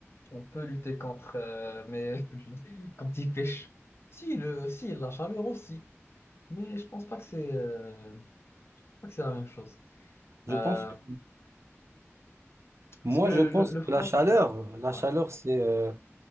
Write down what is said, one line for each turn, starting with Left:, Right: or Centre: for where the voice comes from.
Left: on peut lutter contre, euh, mais <laughs> quand il pêche. Si, le, si, la chaleur aussi. Mais je pense pas que c'est euh, pas que c'est la même chose.
Right: Je
Left: Euh,
Right: pense que
Left: parce
Right: moi
Left: que le,
Right: je pense
Left: le, le
Right: que
Left: froid,
Right: la chaleur,
Left: tu...
Right: la
Left: Ouais.
Right: chaleur c'est euh,